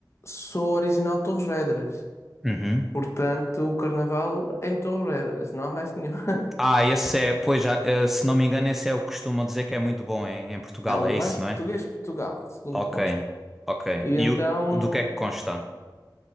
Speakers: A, on the left; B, in the centre.
A: sou original de Torres Vedras,
B: Uhum.
A: portanto o carnaval é em Torres Vedras, não há mais nenhum. <laughs>
B: Ah, esse é, pois já, eh, se não me engano, esse é o que costumam dizer que é muito bom em, em Portugal,
A: É o
B: é
A: mais
B: isso,
A: português
B: não é?
A: de Portugal, segundo
B: Ok,
A: consta.
B: ok.
A: E
B: E
A: então,
B: o, do que é que consta?